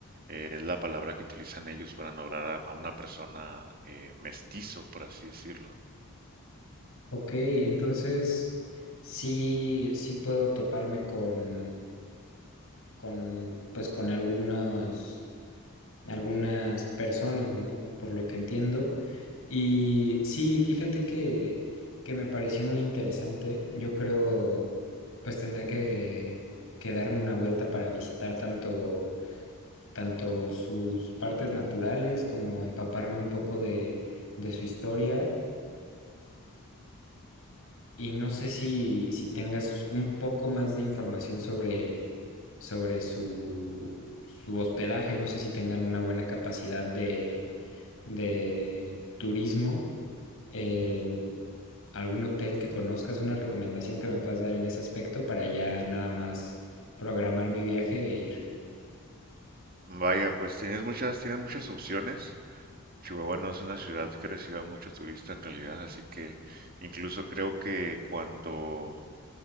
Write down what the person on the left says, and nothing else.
Ok, entonces sí, sí puedo toparme con, con, pues con algunos, algunas personas, ¿no? Por lo que entiendo. Y sí, fíjate que, que me pareció muy interesante. Yo creo, pues tendré que, que darme una vuelta para visitar tanto, tanto sus partes naturales como empaparme un poco de, de su historia. Y no sé si, si tengas un poco más de información sobre, sobre su, su hospedaje. No sé si tengan una buena capacidad de, de turismo. Eh, algún hotel que conozcas, una recomendación que me puedas dar en ese aspecto para ya nada más programar mi viaje e ir.